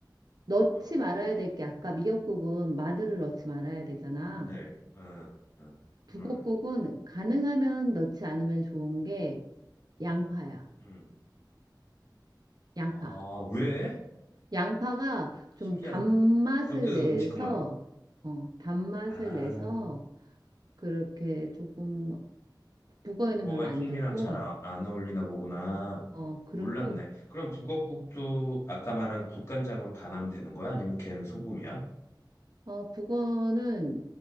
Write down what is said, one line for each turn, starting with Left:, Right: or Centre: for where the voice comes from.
Right: 넣지
Left: 어,
Right: 말아야 될게 아까 미역국은 마늘을 넣지 말아야 되잖아.
Left: 마늘, 응, 응,
Right: 북엇국은
Left: 응.
Right: 가능하면 넣지 않으면 좋은 게 양파야.
Left: 응.
Right: 양파.
Left: 아, 왜?
Right: 양파가 좀
Left: 신기하네.
Right: 단맛을
Left: 그것도
Right: 내서,
Left: 음식 궁합이?
Right: 어, 단맛을
Left: 아,
Right: 내서 그렇게 조금 북어에는
Left: 북어의
Right: 별로 안
Left: 풍미랑
Right: 좋고,
Left: 잘 아, 안 어울리나 보구나.
Right: 어, 그리고,
Left: 몰랐네. 그럼 북엇국도 아까 말한 국간장으로 간하면 되는 거야? 아니면 걘 소금이야?
Right: 어, 북어는